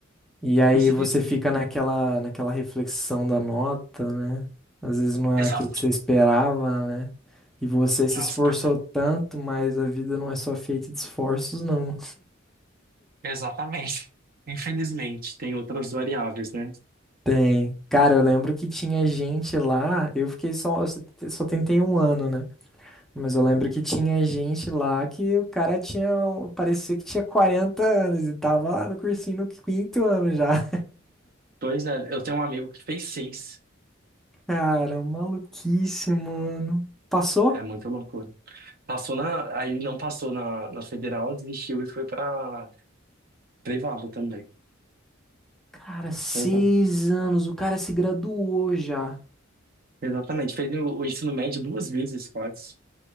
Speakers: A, in the centre; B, on the right.
A: E aí
B: E você
A: você
B: fez o quê?
A: fica naquela, naquela reflexão da nota, né? Às vezes não é
B: Exato.
A: aquilo que você esperava, né? E você
B: Nossa,
A: se esforçou
B: perdão.
A: tanto, mas a vida não é só feita de esforços, não.
B: Exatamente. Infelizmente, tem outras variáveis, né?
A: Tem. Cara, eu lembro que tinha gente lá, eu fiquei só, eu só só tentei um ano, né? Mas eu lembro que tinha gente lá que o cara tinha, parecia que tinha 40 anos e tava lá no cursinho no quinto ano já. <laughs>
B: Pois é, eu tenho um amigo que fez seis.
A: Cara, maluquice, mano. Passou?
B: É muita loucura. Passou na, aí não passou na, na federal, desistiu e foi pra privada também.
A: Cara, seis
B: Coitado.
A: anos, o cara se graduou já.
B: Exatamente, fez o, o ensino médio duas vezes, quase.